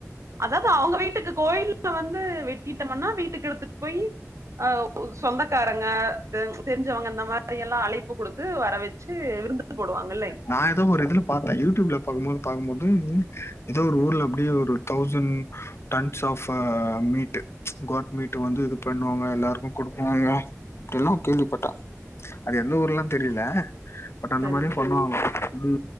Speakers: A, on the right; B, on the left.
A: அதாவது அவங்க வீட்டுக்கு கோயில் வந்து வெட்டிட்டம்ன்னா வீட்டுக்கு எடுத்துட்டு போய்யி அ சொந்த க்காரங்க தெரி தெரிஞ்சவங்க அந்த மாரி எல்லா அழைப்பு குடுத்து வர வச்சு விருந்து போடுவாங்கல்லங்
B: நா ஏதோ ஒரு இதுல பாத்தே யூடியூப்ல பாரும்போது பாக்கும்போது ஏதோ ஒரு ஊர்ல அப்டியே ஒரு தௌசண்ட் டன்ஸ் ஆப்ப மீட் காட் மீட் வந்து இது பண்ணுவாங்க எல்லாருக்கு குடுக்குவாங்க இப்படில்லா கேள்விப்பட்டா அது எந்த ஊர்லா தெரியல பட் அந்த
A: சரி.
B: மாரி பண்ணுவாங்க எப்டி